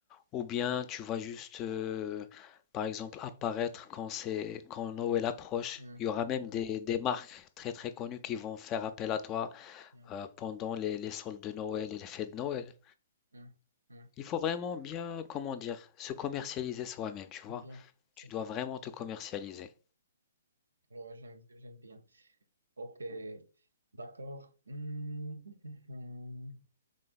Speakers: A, on the left (about 25°); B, on the right (about 70°).
A: Ou bien tu vas juste, euh, par exemple, apparaître quand c'est, quand Noël approche.
B: Hum,
A: Il y aura
B: hum,
A: même des,
B: hum,
A: des marques très très connues qui vont faire appel à toi
B: bien,
A: euh, pendant les, les soldes de Noël et les fêtes de Noël.
B: hum, hum.
A: Il faut vraiment bien, comment dire, se commercialiser soi-même, tu
B: Bien,
A: vois.
B: c'est
A: Tu
B: ça.
A: dois vraiment te commercialiser.
B: Ouais, j'aime, j'aime bien. Ok, d'accord. Hum, hum, hum.